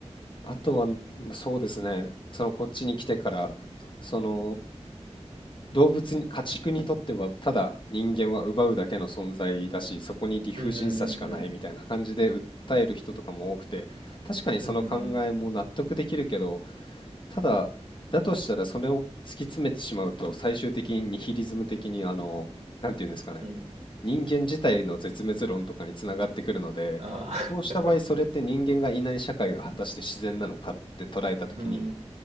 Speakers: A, on the left (about 45°); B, on the right (about 60°).
A: あとは、そうですね。そのこっちに来てから、その動物に、家畜にとってはただ人間は奪うだけの存在だし、そこに理不尽さしかないみたいな感じで訴える人とかも多くて、
B: うんうん
A: 確かにその考えも納得できるけど、
B: うんうん
A: ただ、だとしたらそれを突き詰めてしまうと、最終的にニヒリズム的にあの、なんていうんですかね
B: うん
A: 人間自体の絶滅論とかにつながってくるので、
B: ああ
A: そうした場合、それって人間がいない社会が果たして自然なのかって捉えたときに、
B: うんう